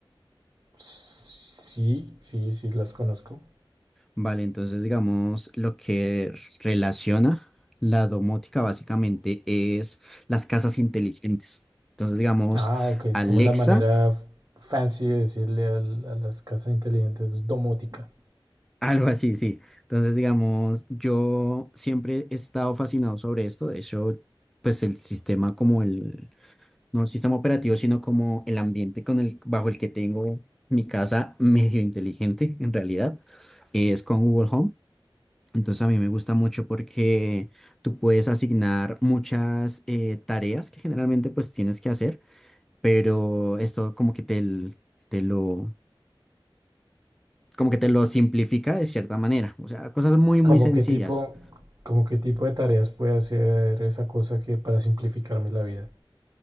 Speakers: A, on the right; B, in the centre.
A: Sí, sí, sí, las conozco.
B: Vale, entonces digamos lo que relaciona la domótica básicamente es las casas inteligentes. Entonces digamos
A: Ah, ok, es
B: Alexa,
A: como la manera f- fancy de decirle al- a las casas inteligentes domótica.
B: <laughs> algo así, sí. Entonces digamos, yo siempre he estado fascinado sobre esto. De hecho, pues el sistema como el... no el sistema operativo, sino como el ambiente con el, bajo el que tengo mi casa <laughs> medio inteligente en realidad, es con Google Home. Entonces a mí me gusta mucho porque tú puedes asignar muchas eh, tareas que generalmente pues tienes que hacer, pero esto como que te, l- te lo, como que te lo simplifica de cierta manera. O sea, cosas muy, muy
A: ¿Como
B: sencillas.
A: qué tipo, como qué tipo de tareas puede hacer esa cosa que para simplificarme la vida?